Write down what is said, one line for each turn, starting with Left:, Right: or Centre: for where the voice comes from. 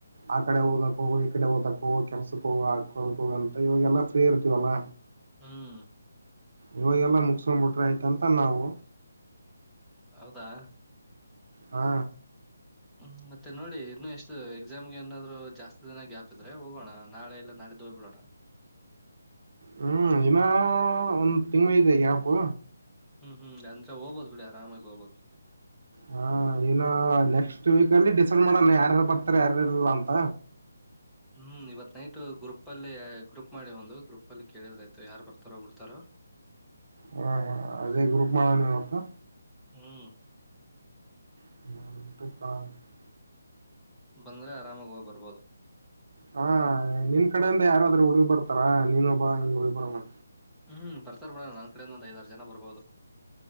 Right: ಆ ಕಡೆ ಓಗೊಕ್ ಹೋಗೋ ಕಡೆ ಹೋಗ್ಬೇಕು ಕೆಲ್ಸಕ್ಕೆ ಹೋಗಿ ಹಾಕೋಕ್ ಹೋಗಂತ ಇವಾಗೆಲ್ಲ ಫ್ರೀ ಇರ್ತೀವಲ್ಲ.
Centre: ಹ್ಮ್
Right: ಇವಾಗೆಲ್ಲ ಮುಗಸ್ಕೊಂಡ್ ಬಿಟ್ರೆ ಆಯ್ತ ಅಂತ ನಾವು.
Centre: ಹೌದಾ
Right: ಹಾ
Centre: ಹ್ಮ ಮತ್ತೆ ನೋಡಿ ಇನ್ನು ಎಷ್ಟು ಎಕ್ಸಾಮ್ಗೆ ಏನಾದ್ರು ಜಾಸ್ತಿ ದಿನ ಗ್ಯಾಪ್ ಇದ್ರೆ ಹೋಗೋಣ ನಾಳೆ ಇಲ್ಲಾ ನಾಡಿದ್ದು ಹೋಗ್ಬಿಡೋಣ.
Right: ಹ್ಮ್ ಇನಾ ಒಂದ್ ತಿಂಗಳು ಇದೆ ಗ್ಯಾಪು.
Centre: ಹ್ಮ್ ಹ್ಮ್ ಅಂದೆ ಹೋಗ್ಬೋದು ಬಿಡಿ ಆರಾಮಾಗಿ ಹೋಗಬೋದು.
Right: ಹ ಇನ ನೆಕ್ಸ್ಟ್ ವೀಕಲ್ಲಿ ಡಿಸೈಡ್ ಮಾಡೋಣ ಯಾರ್ಯಾರು ಬರ್ತಾರ ಯಾರಾರಲ್ಲ ಅಂತ.
Centre: ಹ್ಮ್ ಇವತ್ ನೈಟ್ ಗ್ರೂಪಲ್ಲಿ ಗ್ರೂಪ್ ಮಾಡಿ ಒಂದು ಗ್ರೂಪಲ್ಲಿ ಕೇಳಿದ್ರಾಯ್ತು ಯಾರ್ ಬರ್ತಾರೋ ಬಿಡ್ತಾರೋ.
Right: ಹಾ ಹಾ ಅದೇ ಗ್ರೂಪ್ ಮಾಡೋಣಿವತ್ತು.
Centre: ಹ್ಮ್
Right: <unintelligible>
Centre: ಬಂದ್ರೆ ಆರಾಮಾಗಿ ಹೋಗ್ ಬರ್ಬೋದು.
Right: ಹಾ ನಿನ್ ಕಡೆಯಿಂದ ಯಾರಾದ್ರೂ ಹುಡುಗ್ರು ಬರ್ತಾರ ನೀನೊಬ್ಬ ಹಿಂಗ ಹೋಗಿ ಬರಾವ.
Centre: ಹ್ಮ್ ಬರ್ತಾರ ಬಿಡೊ ನನ್ ಕಡೆಂದ ಒಂದ್ ಐದಾರ್ ಜನ ಬರ್ಬೋದು.